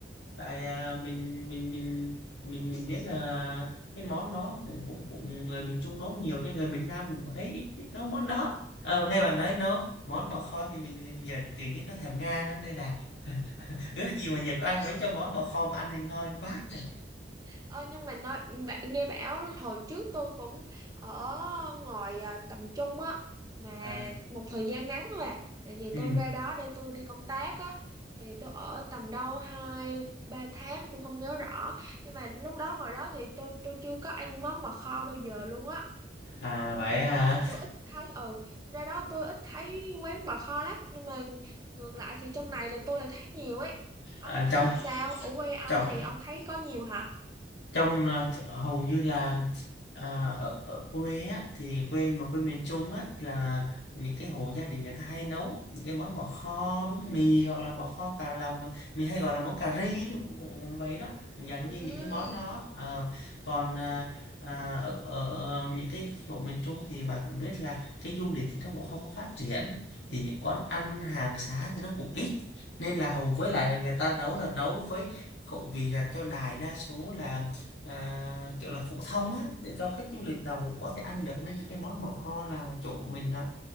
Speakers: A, on the left; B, on the right.
A: tại à, mình mình mình mình mình biết là cái món đó cũng cũng cũng người miền Trung nấu nhiều nhưng người miền Nam mình cũng thấy ít, ít nấu món đó. Ờ, nghe bạn nói nấu món bò kho thì mình mình giờ tự nhiên nó thèm ngang lên đây này. <laughs> Ước gì mà giờ có ai nấu cho món bò kho mà ăn thì ngon quá trời.
B: Ờ, nhưng mà nói bạn nghe bảo hồi trước tôi cũng ở ngoài à, tầm trung á mà
A: À,
B: một thời gian ngắn thôi à tại vì
A: ừ.
B: tôi ra đó để tôi đi công tác á thì tôi ở tầm đâu hai ba tháng cũng không nhớ rõ nhưng mà lúc đó ngoài đó thì tôi tôi chưa có ăn món bò kho bao giờ luôn á
A: À vậy
B: ra
A: hả?
B: đó thì tôi ít thấy ừ ra đó tôi ít thấy quán bò kho lắm nhưng mà ngược lại thì trong này là tôi lại thấy nhiều ấy ông
A: À,
B: thấy
A: trong
B: làm sao ở quê ông
A: trong
B: thì ông thấy có nhiều hả
A: Trong, ờ, hầu như là, à, ở ở quê á, thì quê mà quê miền Trung á, là những cái hộ gia đình người ta hay nấu những cái món bò kho bánh
B: ừ
A: mì hoặc là bò kho cà lòng, mà mình hay gọi là món cà ri cũng cũng vậy đó, cũng dạng
B: ừ
A: như những cái món đó. Ờ, còn, à, à, ở ở ở những cái chỗ miền Trung thì bà cũng biết là cái du lịch thì nó cũng không có phát triển, thì những quán ăn hàng xá thì nó cũng ít, nên là hầu với lại là người ta nấu là nấu với khẩu vị là cho đại đa số là à, kiểu là phổ thông á để cho khách du lịch nào cũng có thể ăn
B: ừ
A: được nên cái món lò kho là chỗ mình á